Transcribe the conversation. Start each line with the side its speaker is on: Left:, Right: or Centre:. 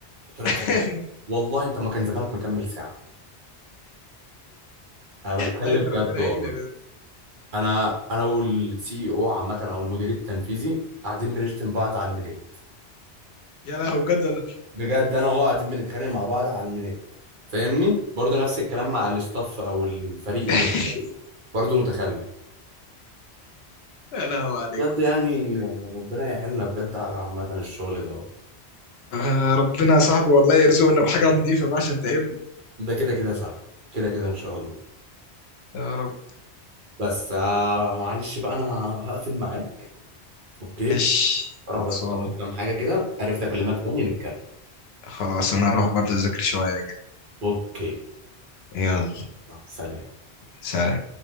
Right: بطريقه
Left: <laughs>
Right: فظيعه والله انت ما كان زمانك مكمل ساعه انا بتكلم
Left: لا انت
Right: بجد
Left: ربنا
Right: والله
Left: يعينك بجد
Right: انا انا والسي او عامه او المدير التنفيذي قاعدين بنشتم بعض على الميلاد
Left: يا لهو بجد والله.
Right: بجد انا وهو قاعدين بنتخانق مع بعض على الميلاد فاهمني برضه نفس الكلام مع الاستاف او الفريق اللي
Left: <laughs>
Right: معاك برضه متخلف
Left: يا لهو عليكم
Right: بجد يعني ربنا يعيننا بجد على عامه الشغل ده
Left: آه، ربنا يا صاحبي والله يرزقنا بحاجه نضيفه بقى عشان تعبنا
Right: ده كده كده صح كده كده ان شاء الله
Left: يا رب
Right: بس آه، معلش بقى انا هقفل معاه اوكي
Left: ماشي
Right: اروح
Left: خلصان
Right: بس اخلص كام حاجه كده عرفت اكلمك تاني نتكلم
Left: خلاص انا هروح برضه اذاكر شويه كده
Right: اوكي
Left: يلا
Right: آه، سلام
Left: سلام